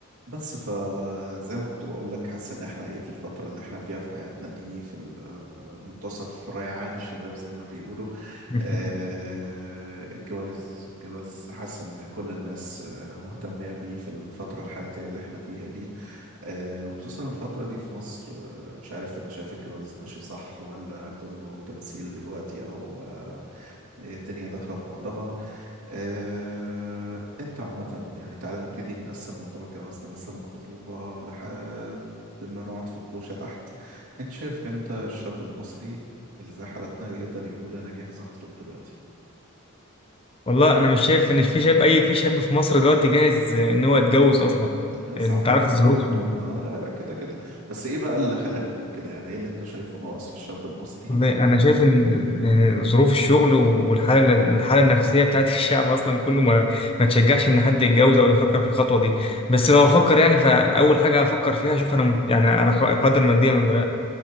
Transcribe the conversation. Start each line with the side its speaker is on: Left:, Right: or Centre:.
Right: بس فزي ما كنت بقول لك حاسس ان احنا ايه في الفترة اللي احنا فيها في حياتنا دي في ال- منتصف ريعان الشباب زي ما بيقولوا
Left: <laughs>
Right: آه، الجواز الجواز حاسس ان كل الناس آه، مهتمة بيه في الفترة الحياتية اللي احنا فيها دي آه، وخصوصا الفترة دي في مصر آه، مش عارف انا شايف الجواز ماشي صح ولا كله تمثيل دلوقتي او إيه، الدنيا داخلة في بعضها آه، انت عامة يعني تعالى نبتدي نقسم موضوع الجواز ده مثلا خطوبة لحد ما نقعد في الكوشة تحت انت شايف امتى الشاب المصري اللي زي حالتنا يقدر يقول انا جاهز اخطب دلوقتي
Left: والله انا مش شايف ان في شاب اي في شاب في مصر دلوقتي جاهز ان هو يتجوز اصلا
Right: بس
Left: انت
Right: عامة
Left: عارف الظروف
Right: في الخطوبة
Left: ال-
Right: آه، لا لا كده كده بس ايه بقى اللي خلاك تقول كده يعني ايه اللي انت شايفه ناقص في الشاب المصري
Left: والله انا
Right: آه،
Left: شايف ان إن ظروف الشغل والحاله الحاله النفسيه بتاعت <laughs> الشعب اصلا كله ما ما تشجعش ان حد يتجوز او يفكر في الخطوه دي بس لو افكر يعني فاول حاجه هفكر فيها اشوف انا مت- يعني انا قادر ماديا ولا لا